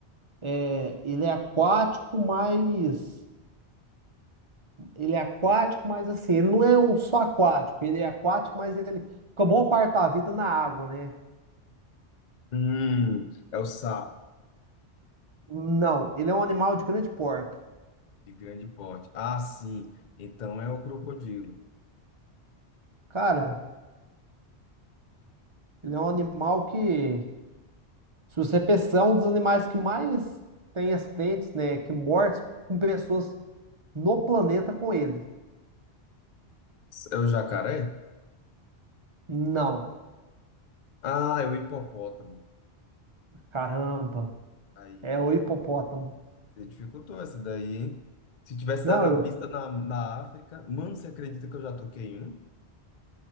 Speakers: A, on the right; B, on the left.
A: É, ele é aquático, mas. Ele é aquático, mas assim, ele não é um só aquático. Ele é aquático, mas ele fica boa parte da vida na água, né?
B: Hum, é o sapo
A: Não, ele é um animal de grande porte.
B: de grande porte. Ah, sim, então é o crocodilo.
A: Cara, ele é um animal que, se você pensar, é um dos animais que mais tem acidentes, né? Que mortes com pessoas no planeta com ele.
B: É o jacaré?
A: Não,
B: Ah, é o hipopótamo.
A: caramba,
B: Aí,
A: é o hipopótamo.
B: Você dificultou essa daí, hein? Se tivesse
A: Não,
B: dado a
A: eu,
B: pista na, na África, mano, você acredita que eu já toquei um?